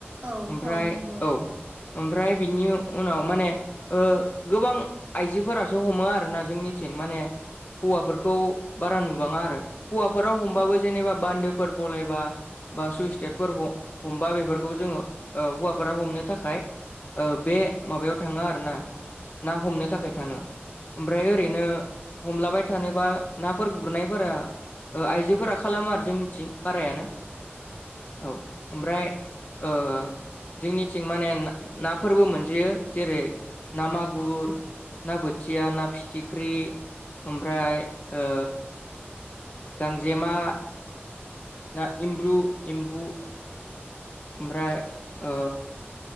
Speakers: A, on the right; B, on the left.
A: औ
B: ओमफ्राय
A: औ नंगौ
B: औ। ओमफ्राय बिनि उनाव माने गोबां आइजोफोरासो हमो आरोना। जोंनिथिं माने हौवाफोरखौ बारा नुबाङा आरो। हौवाफोराबो हमबाबो
A: औ
B: जेनेबा बान्दोफोर बलायबा बा सुइस गेटफोर ह हमबा बेफोरखौ जोङो हौवाफोरा हमनो थाखाय। ओ बे माबायाव थाङो आरोना ना हमनो थाखाय थाङो। ओमफ्राय ओरैनो हमलाबाय थानोबा नाफोर गुरनायफोरा। ओ आइजोफोरा खालामो आरो जोंनिथिं बारायानो औ। ओमफ्राय ओ ओ। जोंनिथिं माने नाफोरबो मोनजोयो जेरै ना मागुर ना बोथिया ना फिथिख्रि ओमफ्राय ओ गांजेमा ना एमब्लु, एम्बु ओमफ्राय ओ